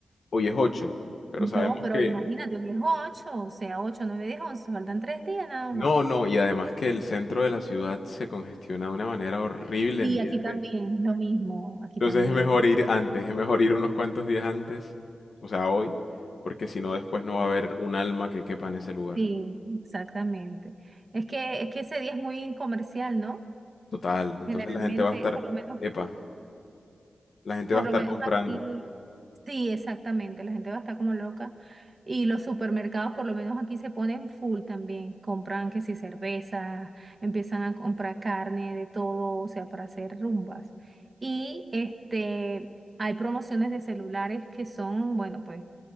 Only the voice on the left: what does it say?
hoy es ocho pero sabemos
que
no,
no, y además que el centro de la ciudad se congestiona de una manera horrible
en días
de...
Entonces
es mejor ir antes, es mejor ir unos cuantos días antes, o sea, hoy, porque si no después no va a haber un alma que quepa en ese lugar.
Total, entonces
la gente va a estar,
epa, la gente
va a estar
comprando.